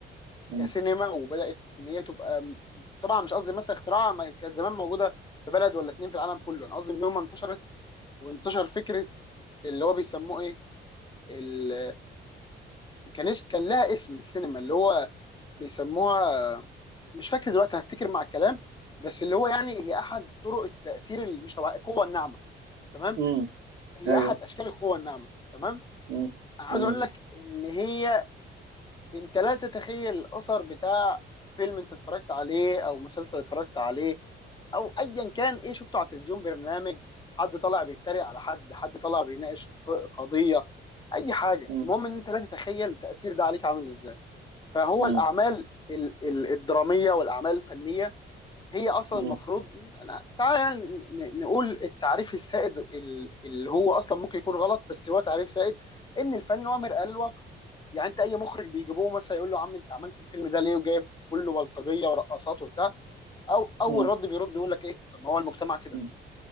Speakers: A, on the right; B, on the left.
A: م-
B: كسينما وبدات ان هي تبقى م- طبعا مش قصدي مثلا اختراع ما كانت زمان موجوده في بلد ولا اتنين في العالم كله انا قصدي ان هم انتشرت وانتشر فكره اللي هو بيسموه ايه ال... كان اس- كان لها اسم السينما اللي هو بيسموها مش فاكر دلوقتي هفتكر مع الكلام بس اللي هو يعني هي احد طرق التاثير اللي مش طبيعي القوه الناعمه تمام
A: م-
B: هي
A: ايوه
B: احد اشكال القوه الناعمه تمام
A: مم.
B: انا عايز
A: مم.
B: اقول لك ان هي انت لا تتخيل الاثر بتاع فيلم انت اتفرجت عليه او مسلسل اتفرجت عليه او ايا كان ايه شفته على التلفزيون برنامج حد طالع بيتريق على حد حد طالع بيناقش ق- قضية اي حاجة
A: مم.
B: المهم ان انت لا تتخيل التأثير ده عليك عامل ازاي فهو
A: مم.
B: الاعمال ال- ال- الدرامية والاعمال الفنية هي اصلا
A: مم.
B: المفروض أنا- تعالى يعني ن- نقول التعريف السائد ال- اللي هو اصلا ممكن يكون غلط بس هو تعريف سائد ان الفن هو مرآة للواقع يعني انت اي مخرج بيجيبوه مثلا يقول له يا عم انت عملت الفيلم ده ليه وجايب كله بلطجيه ورقصات وبتاع او اول
A: مم.
B: رد بيرد يقول لك ايه طب ما هو المجتمع كده
A: مم.